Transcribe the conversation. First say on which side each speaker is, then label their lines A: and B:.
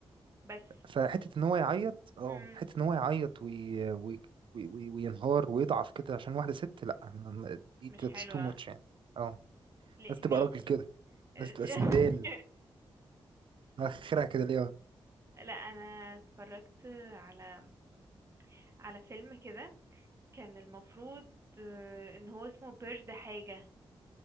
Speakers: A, on the right (about 30°); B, on the right (about 55°).
A: بس
B: فحته ان هو يعيط اه
A: امم
B: حته ان هو يعيط وي وي وي وي- وينهار ويضعف كده عشان واحده ست لا ما- دي
A: مش حلوة
B: that's too much يعني اه
A: ليه
B: لازم تبقى
A: ماشي
B: راجل كده
A: <laughs>
B: لازم تبقى سندال اخرها كده ليه
A: لا انا اتفرجت على على فيلم كده كان المفروض آه، ان هو اسمه بيرد حاجة